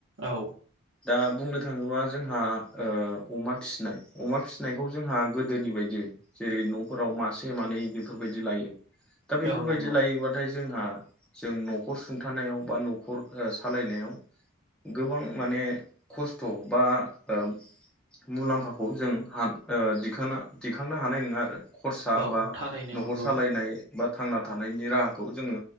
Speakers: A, on the right; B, in the centre.
A: औ
B: दा बुंनो थांङोबा जोंहा ओ अमा फिनाय अमा फिसिनायखौ जोंहा गोदोनि बायदि जेरै न'फोराव मासे मानै बेफोरबायदि लायो दा बेफोरबायदि
A: औ नंगौ
B: लायोबाथाय जोंहा जों न'खर सुंथानायाव बा न'खर ओ सालायनायाव गोबां माने खस्थ' बा ओ मुलाम्फाखौ जों हान ओ दिखांना दिखांनो हानाय नंङा आरो खरसा
A: औ
B: बा
A: थारैनो
B: न'खर
A: नंगौ
B: सालायनाय बा थांना थानायनि राहाखौ जोंङो